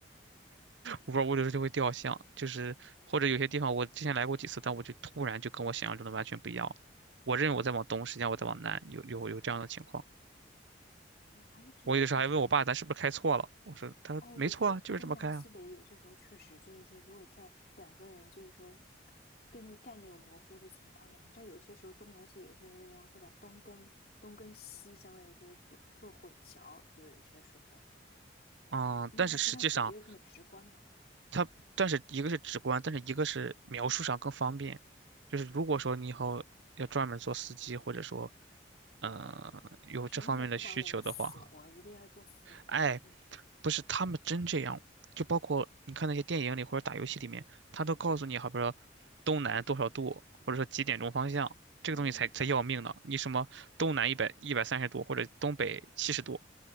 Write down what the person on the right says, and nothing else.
我有时候就会掉向，就是或者有些地方我之前来过几次，但我就突然就跟我想象中的完全不一样。我认为我在往东，实际上我在往南，有有有这样的情况。
我有的时候还问我爸，咱是不是开错了？我说，他说没错啊，
就是这么开啊。
嗯，
但是实际上它，但是一个是直观，但是一个是描述上更方便。就是如果说你以后要专门做司机，或者说，嗯、有这方面的需求的话，
哎，
不是他们真这样，就包括你看那些电影里或者打游戏里面，他都告诉你，好比说东南多少度，或者说几点钟方向，这个东西才才要命呢。
你什么东南一百一百三十度，或者东北七十度，